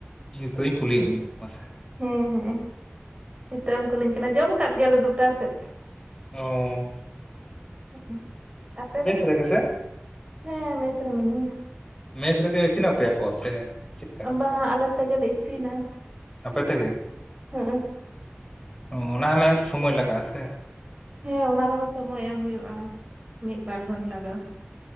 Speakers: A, on the left; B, on the right.
A: ᱤᱧ ᱱᱤᱛᱚᱜ ᱤᱧ ᱠᱩᱞᱤᱭᱮᱫ ᱢᱮᱭᱟ ᱢᱟᱥᱮ᱾
B: ᱦᱮᱸ ᱦᱮᱸ ᱱᱤᱛᱚᱜ ᱮᱢ ᱠᱩᱞᱤᱧ ᱠᱟᱱᱟ ᱡᱚᱢ ᱟᱠᱟᱫ ᱜᱮᱭᱟᱞᱮ ᱫᱩᱴᱟ ᱥᱮᱫ᱾
A: ᱳ
B: ᱦᱩᱸ ᱩ ᱟᱯᱮ ᱫᱚ?
A: ᱛᱮᱜᱮᱥᱮ
B: ᱦᱮᱸ ᱢᱮᱥ ᱨᱮ ᱢᱤᱱᱟᱹᱧᱟ᱾
A: ᱢᱮᱥ ᱨᱮᱜᱮ ᱤᱥᱤᱱᱟᱯᱮᱭᱟ ᱠᱚ ᱥᱮ ᱪᱮᱫᱠᱟ
B: ᱵᱟᱝᱼᱟ ᱟᱞᱮ ᱛᱮᱜᱮᱞᱮ ᱤᱥᱤᱱᱟ᱾
A: ᱟᱯᱮ ᱛᱮᱜᱮ?
B: ᱦᱩᱸ ᱩ
A: ᱚᱱᱟ ᱱᱮᱣᱮᱛ ᱥᱚᱢᱚᱭ ᱞᱟᱜᱟᱼᱟ ᱥᱮ?
B: ᱦᱮᱸ ᱚᱱᱟ ᱨᱮᱦᱚᱸ ᱥᱚᱢᱚᱭ ᱮᱢ ᱦᱩᱭᱩᱜᱼᱟ ᱢᱤᱫ ᱵᱟᱨ ᱜᱷᱚᱱᱴᱟ ᱫᱚ᱾